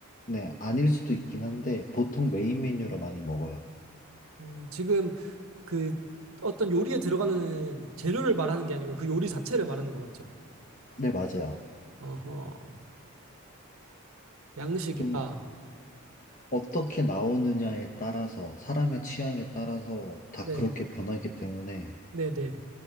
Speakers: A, on the left (about 35°); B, on the right (about 75°).
A: 네, 아닐 수도 있긴 한데, 보통 메인 메뉴로 많이 먹어요.
B: 어, 지금 그 어떤 요리에 들어가는 재료를 말하는 게 아니고 그 요리 자체를 말하는 거 맞죠?
A: 네, 맞아요.
B: 어허, 양식이다.
A: 좀 어떻게 나오느냐에 따라서, 사람의 취향에 따라서 다
B: 네,
A: 그렇게 변하기 때문에,
B: 네, 네.